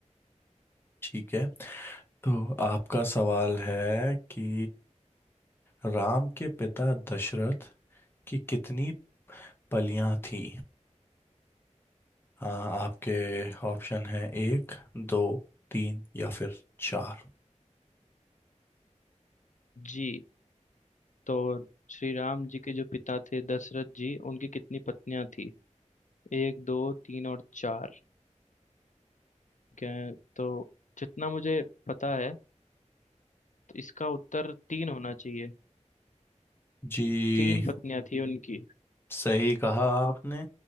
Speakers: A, on the left; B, on the left.
A: ठीक है तो आपका सवाल है कि राम के पिता दशरथ की कितनी पलियां थी आ, आपके ऑप्शन है एक दो तीन या फिर चार
B: जी तो श्री राम जी के जो पिता थे दशरथ जी उनकी कितनी पत्नियां थी एक दो तीन और चार ठीक है तो जितना मुझे पता है तो इसका उत्तर तीन होना चाहिए
A: जी
B: तीन पत्नियां थी उनकी
A: सही कहा आपने